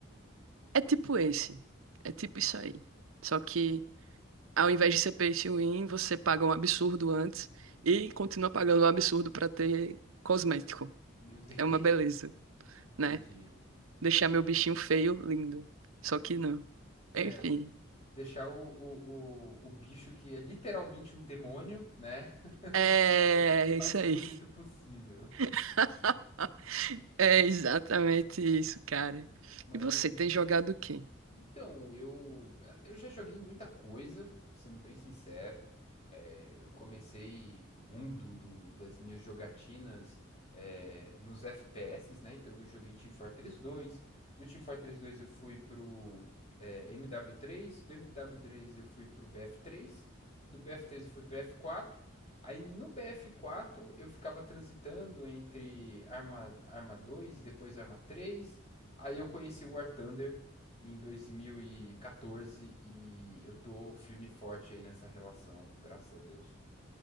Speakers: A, on the right (about 85°); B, on the left (about 30°).
A: É tipo esse. É tipo isso aí. Só que ao invés de ser pay to win, você paga um absurdo antes e continua pagando um absurdo pra ter cosmético.
B: Meu Deus,
A: É
B: <laughs>
A: uma beleza,
B: entendi.
A: né? Deixar meu bichinho feio, lindo. Só que não.
B: É,
A: Enfim.
B: deixar o, o, o, o bicho que é literalmente um demônio, né? <laughs>
A: É
B: mais
A: isso
B: bonito
A: aí.
B: possível.
A: <laughs>
B: <laughs> Entendi.
A: É exatamente isso, cara.
B: Mas
A: E você tem jogado o quê?
B: Então, eu, eh, eu já joguei muita coisa, sendo bem sincero. É, eu comecei o mundo do- das minhas jogatinas é, nos FPS, né? Então eu joguei Team Fortress dois Do Team Fortress dois eu fui pro é, mw três Do mw três eu fui pro bf três Do bf três eu fui pro B F quatro Aí no bf quatro eu ficava transitando entre Arma, Arma 2 e depois Arma três Aí eu conheci o War Thunder em 2014 e quatorze e eu tô firme e forte aí nessa relação, graças a Deus.